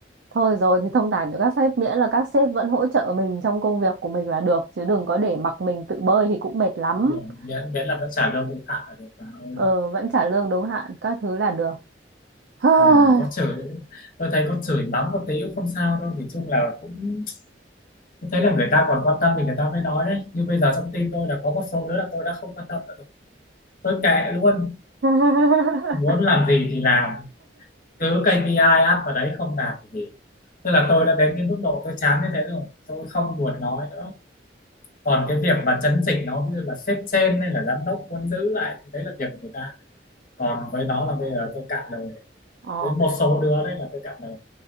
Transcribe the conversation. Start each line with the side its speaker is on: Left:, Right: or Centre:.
Right: thôi rồi thì thông cảm cho các sếp miễn là các sếp vẫn hỗ trợ mình trong công việc của mình là được chứ đừng có để mặc mình tự bơi thì cũng mệt lắm
Left: Đúng rồi. Miễn, miễn là vẫn trả lương đúng hạn là được bà ơi
Right: ờ, vẫn trả lương đúng hạn các thứ là được <laughs>
Left: còn có chửi nữa. tôi thấy có chửi mắng một tí cũng không sao đâu thì chung là cũng tôi thấy là người ta còn quan tâm thì người ta mới nói đấy nhưng bây giờ trong tim tôi là có một số đứa là tôi đã không quan tâm nữa rồi. tôi kệ luôn
Right: <sighs>
Left: muốn làm gì thì làm cứ KPI áp vào đấy không đạt thì nghỉ tức là tôi đã đến cái mức độ tôi chán như thế rồi tôi không buồn nói nữa còn cái việc mà chấn chỉnh nó ví dụ là sếp trên hay là giám đốc muốn giữ lại thì đấy là việc của người ta còn với nó là bây giờ tôi cạn lời
Right: Ờ,
Left: với một số đứa đây là tôi cảm thấy